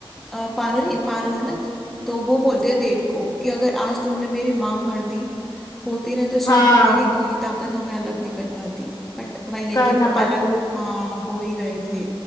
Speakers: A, in the centre; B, on the left (about 40°).
A: अ, पारो नहीं पारो है ना तो वो बोलती है देव को कि अगर आज तुमने मेरी मांग भर दी होती ना तो शायद
B: हाँ
A: दुनिया की कोई ताकत हमें अलग नहीं कर पाती बट वही है
B: कर
A: कि वो
B: ना पाती
A: अलग हाँ हो ही गए थे